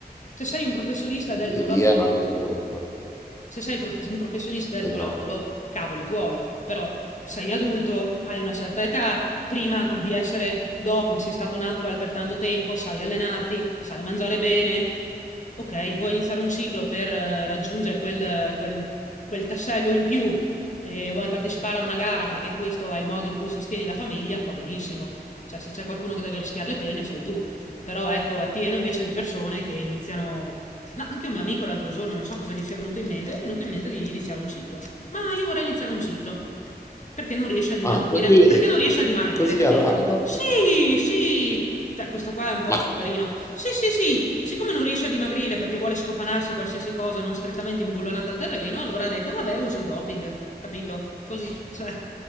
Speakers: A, on the left (about 45°); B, on the left (about 15°).
A: se sei un professionista del
B: eh,
A: tuo lavoro
B: lì è un altro conto.
A: Se sei prof- un professionista del tuo
B: Esatto.
A: lavoro, cavoli tuoi, però sei adulto, hai una certa età, prima di essere doping sei stato natural per tanto tempo, sai allenarti, sai mangiare bene. Ok, vuoi iniziare un ciclo per eh, raggiungere quel, quel- quel tassello in più e vuoi partecipare a una gara perché questo è il modo in cui sostieni la famiglia, va benissimo. Cioè, se c'è qualcuno che deve rischiare le pene, sei tu. Però ecco, è pieno invece di persone che iniziano No, anche un mio amico l'altro giorno, non so cosa gli sia venuto in mente, è venuto in mente di iniziare un ciclo. Ma io vorrei iniziare un ciclo. Perché non riesce a dimagrire?
B: Ah, così,
A: per- Perché non riesce a dimagrire,
B: così
A: capito?
B: a random.
A: Sì, sì. Cioè, questo qua è un po'
B: Ma
A: poverino. Sì, sì, sì. Siccome non riesce a dimagrire perché vuole scofanarsi qualsiasi cosa non strettamente imbullonata al terreno, allora ha detto, vabbè, uso il doping, capito? Così, <laughs> cioè,